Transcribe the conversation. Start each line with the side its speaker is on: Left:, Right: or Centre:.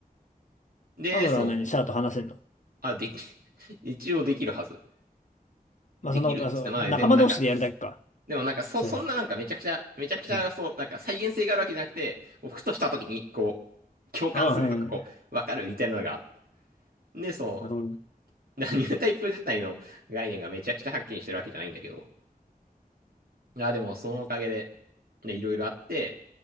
Right: う。で、
Left: アムロは何シャアと話せんの
Right: そう、あ、でき、<laughs> 一応できるはず。
Left: まあそんなこと、
Right: できるっつってもない。
Left: あ、そう、仲間同士でやるだけか。
Right: でもなんか、でもなんかそ、
Left: そういうのは。
Right: そんななんかめちゃくちゃ、めちゃくちゃそう、
Left: うん。
Right: なんか再現性があるわけじゃなくて、こうふとした時にこう、共感するとかこう、
Left: ああ、はいはいはい。
Right: わかるみたいなのがあって、で、そ
Left: なるほど。
Right: う、だからニュータイプ自体の概念がめちゃくちゃはっきりしてるわけじゃないんだけど、いや、でもそのおかげで、で、いろいろあって、